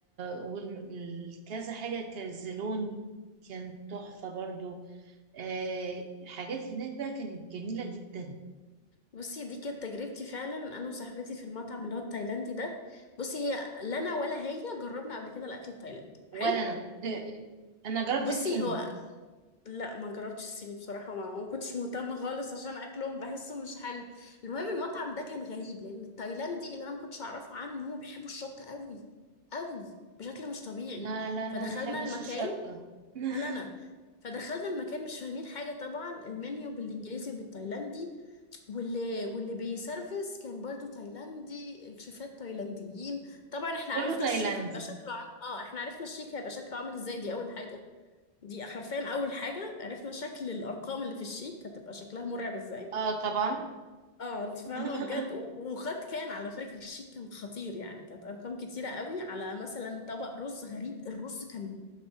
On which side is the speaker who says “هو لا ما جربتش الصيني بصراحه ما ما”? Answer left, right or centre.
Left